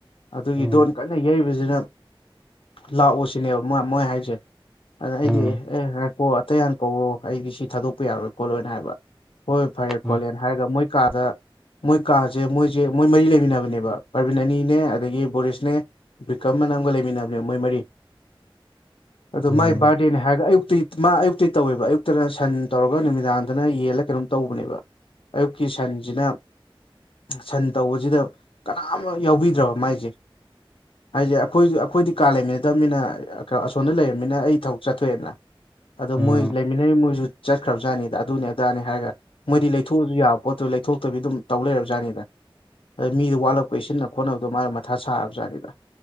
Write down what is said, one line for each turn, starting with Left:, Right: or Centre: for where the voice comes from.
Left: ꯑꯗꯨꯒꯤ
Centre: ꯎꯝ
Left: ꯗꯣꯟ ꯀꯟꯅ ꯌꯩꯕꯖꯤꯗ ꯂꯥꯛꯑꯣꯁꯤꯅꯦꯕ ꯃ ꯃꯣꯏ ꯍꯥꯏꯖꯦ ꯑꯗ ꯑꯩꯗꯤ
Centre: ꯎꯝ
Left: ꯑꯦ ꯉꯥꯏꯈꯣ ꯑꯇꯩ ꯍꯥꯟꯅ ꯀꯧꯔꯣ ꯑꯩꯗꯤ ꯁꯤ ꯊꯥꯗꯣꯛꯄ ꯌꯥꯔꯣꯏ ꯈꯣꯠꯂꯣꯏꯅ ꯍꯥꯏꯕ ꯍꯣꯏ ꯐꯔꯦ
Centre: ꯎꯝ
Left: ꯈꯣꯠꯂꯦꯅ ꯍꯥꯏꯔꯒ ꯃꯣꯏ ꯀꯥꯗ ꯃꯣꯏ ꯀꯥꯖꯦ ꯃꯣꯏꯖꯦ ꯃꯣꯏ ꯃꯔꯤ ꯂꯩꯃꯤꯟꯅꯕꯅꯦꯕ ꯄ꯭ꯔꯕꯤꯟ ꯑꯅꯤꯅꯦ ꯑꯗꯒꯤ ꯕꯣꯔꯤꯁꯅꯦ ꯕꯤꯀ꯭ꯔꯝ ꯑꯅ ꯑꯝꯒ ꯂꯩꯃꯤꯟꯅꯕꯅꯦ ꯃꯣꯏ ꯃꯔꯤ ꯑꯗꯣ
Centre: ꯎꯝ
Left: ꯃꯥꯏ ꯕꯥꯔꯗꯦꯅꯦ ꯍꯥꯏꯔꯒ ꯑꯌꯨꯛꯇꯩ ꯃꯥ ꯑꯌꯨꯛꯇꯩ ꯇꯧꯋꯦꯕ ꯑꯌꯨꯛꯇꯅ ꯁꯟ ꯇꯧꯔꯒ ꯅꯨꯃꯤꯗꯥꯡꯗꯅ ꯌꯦꯜꯂ ꯀꯩꯅꯣꯝ ꯇꯧꯕꯅꯦꯕ ꯑꯌꯨꯛꯀꯤ ꯁꯟꯖꯤꯅ ꯁꯟ ꯇꯧꯕꯖꯤꯗ ꯀꯅꯥꯝꯃ ꯌꯥꯎꯕꯤꯗ꯭ꯔꯕ ꯃꯥꯏꯖꯦ ꯍꯥꯏꯖꯦ ꯑꯩꯈꯣꯏꯖꯨ ꯑꯩꯈꯣꯏꯗꯤ ꯀꯥ ꯂꯩꯃꯤꯟꯅꯗꯕꯅꯤꯅ ꯀꯥ ꯑꯁꯣꯝꯗ ꯂꯩꯔꯕꯅꯤꯅ ꯑꯩ ꯊꯕꯛ ꯆꯠꯊꯣꯛꯑꯦꯗꯅ ꯑꯗꯣ
Centre: ꯎꯝ
Left: ꯃꯣꯏ ꯂꯩꯃꯤꯟꯅꯔꯤꯕ ꯃꯣꯏꯖꯨ ꯆꯠꯈ꯭ꯔꯕꯖꯥꯠꯅꯤꯗ ꯑꯗꯨꯅꯤ ꯑꯗꯥꯅꯦ ꯍꯥꯏꯔꯒ ꯃꯣꯏꯗꯤ ꯂꯩꯊꯣꯛꯑꯁꯨ ꯌꯥꯕ ꯄꯣꯠꯇꯨ ꯂꯩꯊꯣꯛ ꯇꯕꯤ ꯑꯗꯨꯝ ꯇꯧ ꯂꯩꯔꯕꯖꯥꯠꯅꯤꯗ ꯑꯗꯩ ꯃꯤꯗꯣ ꯋꯥꯠꯂꯛꯄꯩ ꯁꯤꯟꯅ ꯈꯣꯠꯅꯕꯗꯣ ꯃꯥ ꯃꯊꯥ ꯁꯥꯔꯕꯖꯥꯠꯅꯤꯗ